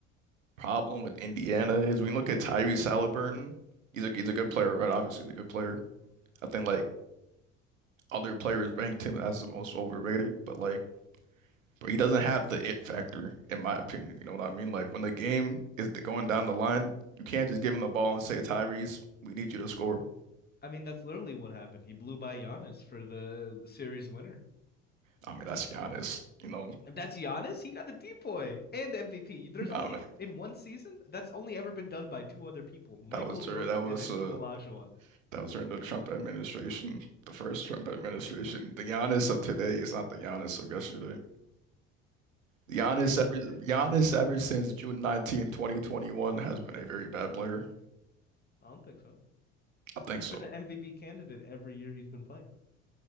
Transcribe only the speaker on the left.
I mean that's literally what happened. He blew by Giannis for the, the series winner.
That's Giannis. He got a DPOY and MVP. There's
only
in one season that's only ever been done by two other people, Michael
Jordan
and
Hakeem
Olajuwon.
That's crazy
to say.
I don't think so.
He's
been an MVP candidate every year he's been playing.